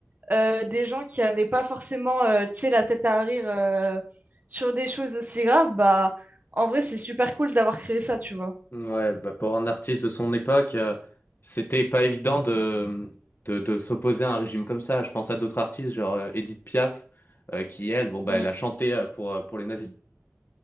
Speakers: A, on the right (about 35°); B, on the left (about 45°).
A: euh, des gens qui n'avaient pas forcément euh, tu sais, la tête à rire euh, sur des choses aussi graves, bah en vrai c'est super cool d'avoir créé ça, tu vois.
B: Ouais, bah, pour un artiste de son époque, euh, c'était pas évident de, de, de s'opposer à un régime comme ça. Je pense à d'autres artistes, genre euh, Edith Piaf, euh, qui elle, bon bah
A: Mm,
B: elle a chanté euh, pour, euh, pour les nazis.